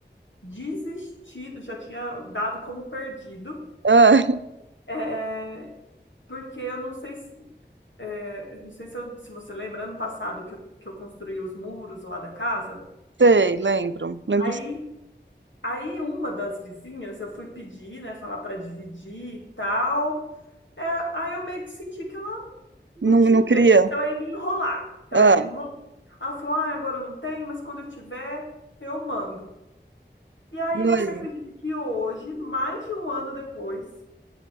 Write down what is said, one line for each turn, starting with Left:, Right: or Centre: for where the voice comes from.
Left: desistido, já tinha dado como perdido,
Right: Ah, <laughs>
Left: é, porque eu não sei se, é, não sei se, eu- se você lembra, ano passado que eu, que eu construí os muros lá da casa,
Right: sei, lembro, lembro
Left: aí,
Right: sim.
Left: aí uma das vizinhas, eu fui pedir, né, falar para dividir e tal, É, aí eu meio que senti que ela não
Right: Não,
Left: tinha
Right: não
Left: interesse,
Right: queria.
Left: que ela ia me enrolar, que ela
Right: Ah,
Left: ia me enrolar. Ela falou, ah, agora eu não tenho, mas quando eu tiver, eu mando. E aí
Right: e
Left: você
Right: aí?
Left: acredita que hoje, mais de um ano depois,